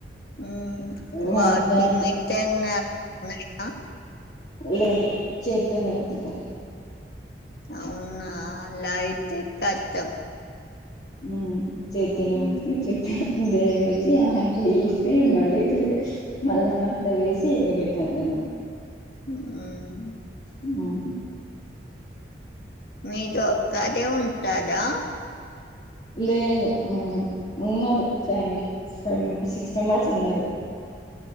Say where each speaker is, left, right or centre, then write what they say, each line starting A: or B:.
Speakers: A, on the left; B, on the left.
A: ఉమ్
B: వల్ల
A: వాటి మీ టన్నా మీని నా
B: లేదు చేత్తోనే ఉతకాలి
A: అవునా అలా అయితే కట్టం
B: ఉమ్ చేత్తోనే
A: హ్మ్.
B: ఉతికి చేత్తోనే దేవేసి ఆరేసి మళ్ళీ తి మళ్ళ మార్తా వేసి ఇగపెట్టాలి ధనం
A: ఉమ్
B: అవును
A: మీద ఒక్కదే ఉంటాదా
B: లేదు ఉమ్ ఉన్నారు ఫ్యామిలీ ఫమ్ సిక్స్ మెంబర్స్ ఉన్నారు